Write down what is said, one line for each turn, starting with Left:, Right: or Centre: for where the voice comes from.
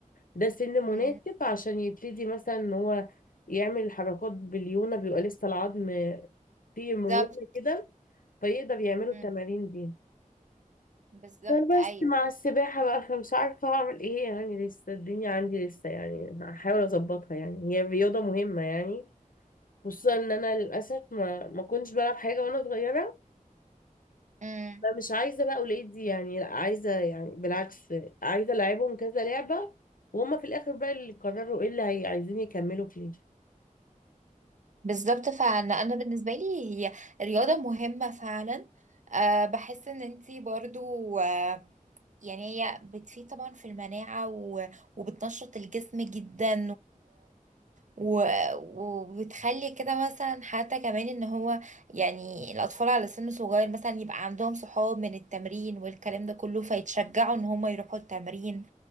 Left: ده سن مناسب
Right: مم،
Left: عشان يبتدي مثلا إن هو يعمل الحركات باليونة بيبقى لسه العظم فيه مرونة
Right: بالظبط
Left: كده فيقدر يعملوا
Right: مم،
Left: التمارين دي
Right: بالظبط
Left: فبس
Right: ايوه
Left: مع السباحة بقى فمش عارفة هعمل ايه يعني لسه الدنيا عندي لسه يعني هحاول اظبطها يعني هي رياضة مهمة يعني خصوصا ان انا للأسف ما ما كنتش بلعب حاجة وانا صغيرة
Right: مم،
Left: فمش عايزة بقى ولادي يعني لا عايزة يعني بالعكس عايزة العبهم كذا لعبة وهم في الاخر بقى اللي يقرروا ايه اللي هي- عايزين يكملوا فيه
Right: بالظبط فعلا انا بالنسبة لي هي رياضة مهمة فعلا أه بحس ان انتي برضو آه، يعني هي بتفيد طبعا في المناعة و- وبتنشط الجسم جدا و... وبتخلي كده مثلا حتى كمان ان هو يعني الاطفال على سن صغير مثلا يبقى عندهم صحاب من التمرين والكلام ده كله فيتشجعوا ان هم يروحوا التمرين